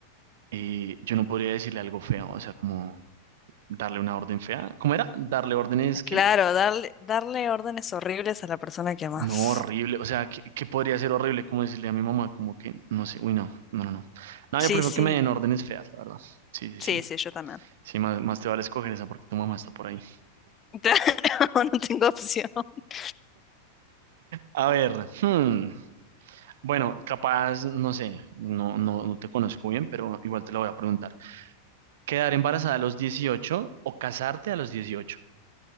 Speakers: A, on the right; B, on the left.
A: eh, yo no podría decirle algo feo, o sea, como darle una orden fea. ¿Cómo era? ¿Darle órdenes qué?
B: Claro, darle, darle órdenes horribles a la persona que amas.
A: No, horrible, o sea, ¿qué, qué podría ser horrible? Como decirle a mi mamá, como que, no sé, uy, no, no, no, no. No,
B: Sí,
A: yo prefiero
B: sí,
A: que me den órdenes feas, la verdad. Sí,
B: sí,
A: sí, sí.
B: sí, yo también.
A: Sí, más, más te vale escoger esa porque tu mamá está por ahí.
B: <laughs> claro no tengo opción. <laughs>
A: A ver, hmm. Bueno, capaz, no sé, no, no, no te conozco bien, pero igual te lo voy a preguntar. ¿Quedar embarazada a los 18 o casarte a los 18?